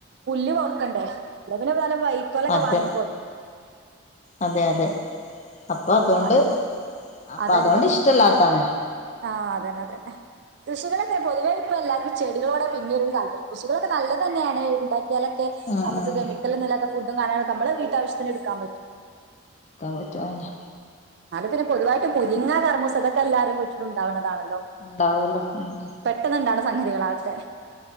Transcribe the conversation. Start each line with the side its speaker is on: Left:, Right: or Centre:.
Right: പുല്ല് കൊടുക്കണ്ടേ ന്ന വൈക്കോലൊക്കെ
Left: അതെ
Right: വാങ്ങിക്കോ
Left: അതെ അതെ അപ്പൊ അതുകൊണ്ട്
Right: അത്
Left: അപ്പൊ
Right: അതന്നെ
Left: അതൊണ്ട് ഇഷ്ടല്ലാത്താണ്
Right: ആഹ് അതന്നെ അതന്നെ കൃഷികളൊക്കെ പൊതുവേ ഇപ്പ എല്ലാർക്കും ചെടികളോടാ പിന്നേരു താല്പര്യം കൃഷികള ക്കെ നല്ലതെന്നെണ് ഇണ്ടാ ട്ട്യാലൊക്കെ
Left: ഉം
Right: നമുക്ക്
Left: ഉം
Right: കെമിക്കൽല്ലാത്ത ഫുഡ് ഡും കാര്യങ്ങളൊക്കെ നമ്മളെ വീട്ടാവശ്യത്തിന് എടുക്കാൻ പറ്റും
Left: നിക്കാൻ പറ്റാതന്നെ
Right: പിന്നെ പൊതുവായിട്ട് മുരിങ്ങ കർമ്മൂസ അതൊക്കെല്ലാരുടെ വിട്ടീലുണ്ടാവ്ണതാണ്
Left: ഉണ്ടാവല്ലോ ഉം
Right: പെട്ടെന്ന്ണ്ടാവ്ണെ സംഗതികളാ അതൊക്കെ